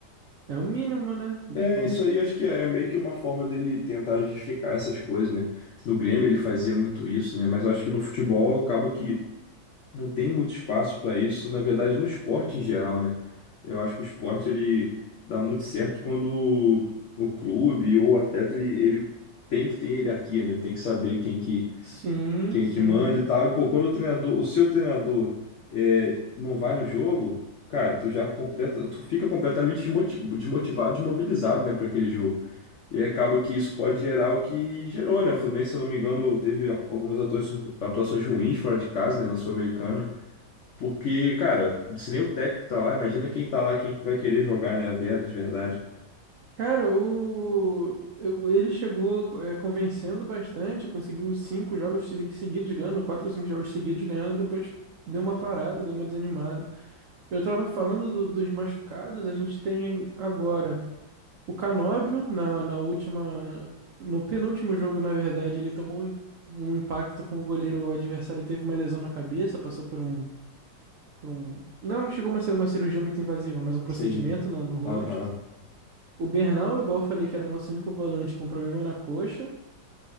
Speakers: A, on the right; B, on the left.
A: é o mínimo, né?
B: É,
A: Tipo,
B: isso aí acho que é é meio que uma forma dele tentar justificar essas coisas, né? No Grêmio ele fazia muito isso, né? Mas eu acho que no futebol acaba que não tem muito espaço para isso, na verdade no esporte em geral, né? Eu acho que o esporte ele dá muito certo quando o clube ou o atleta ele, ele tem que ter hierarquia, né? Ele tem que saber quem que
A: sim,
B: quem
A: sim.
B: que manda e tal. E, pô, quando o treinador, o seu treinador é, não vai no jogo, cara, tu já completa, tu fica completamente desmoti- desmotivado, desmobilizado, né, para aquele jogo. E acaba que isso pode gerar o que gerou, né? O Fluminense, se eu não me engano, teve algumas atua- atuações ruins fora de casa, né, na Sul-Americana. Porque, cara, se nem o técnico tá lá, imagina quem tá lá, quem que vai querer jogar, né, a Vera, de verdade.
A: Cara, o, eu- ele chegou é, convencendo bastante, conseguiu os cinco jogos se- seguidos ganhando, quatro ou cinco jogos seguidos ganhando, depois deu uma parada, deu uma desanimada. Eu tava falando do- dos machucados, a gente tem agora. O Canóbio, na, na última. No penúltimo jogo, na verdade, ele tomou um um impacto com o goleiro. O adversário teve uma lesão na cabeça, passou por um. Por um não chegou a ser uma cirurgia muito invasiva, mas um procedimento
B: Sim.
A: no, no rosto.
B: Aham,
A: O Bernal, igual eu falei, que era o nosso único volante com problema na coxa.